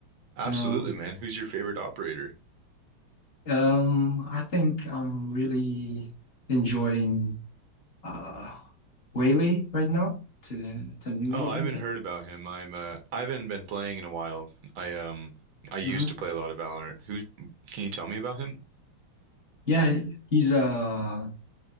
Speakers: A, on the right; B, on the left.
A: Absolutely,
B: you know,
A: man. Who's your favorite operator?
B: um, I think I'm really enjoying. uh Whaley right now to to new
A: Oh,
B: agent.
A: I haven't heard about him. I'm uh I haven't been playing in a while. I um I used
B: hmm
A: to play a lot of Valorant. Who can you tell me about him?
B: Yeah, he's a